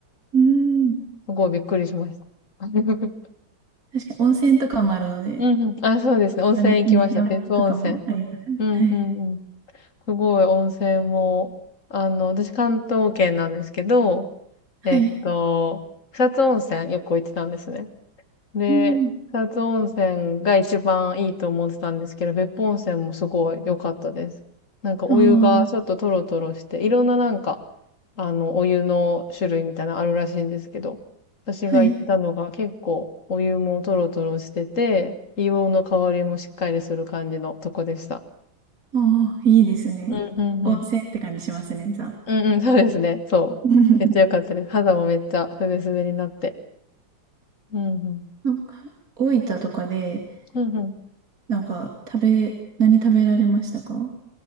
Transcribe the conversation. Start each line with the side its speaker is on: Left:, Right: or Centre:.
Right: うん。
Left: すごいびっくりしました。<laughs>
Right: 確かに温泉とかもあるので、
Left: うんうん。あ、そうですね。温泉行きました。
Right: あれ、ね、山とかもありますね。
Left: 別府温泉。うんうんうん。
Right: はい。
Left: すごい温泉も、あの、私関東圏なんですけど、
Right: はい。
Left: えっと、草津温泉よく行ってたんですね。で、
Right: うん。
Left: 草津温泉が一番いいと思ってたんですけど、別府温泉もすごい良かったです。なんかお湯がちょっとトロトロして、
Right: ああ、
Left: いろんななんか、あの、お湯の種類みたいなのあるらしいんですけど、私が行ったのが結構お湯もトロトロしてて、
Right: はい。
Left: 硫黄の香りもしっかりする感じのとこでした。
Right: ああ、いいですね。
Left: うん、うん、うん。
Right: 温泉って感じしますね、じゃあ。
Left: うん、うん、そうですね。そう。
Right: <laughs>
Left: めっちゃ良かったです。肌もめっちゃすべすべになって。うん、うん。
Right: なんか、大分とかで、
Left: うん、うん。
Right: なんか、食べ、何食べられましたか